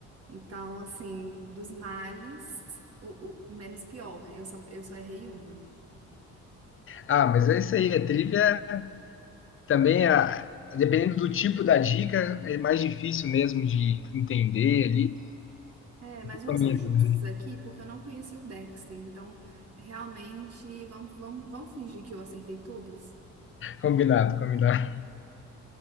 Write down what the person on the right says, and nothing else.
Então, assim, dos males, o, o menos pior. Eu só, eu só errei uma.
É, mas vamos
ser justos
aqui, porque eu não conheci o Dexter. Então, realmente, vamos, vamos, vamos fingir que eu acertei todas.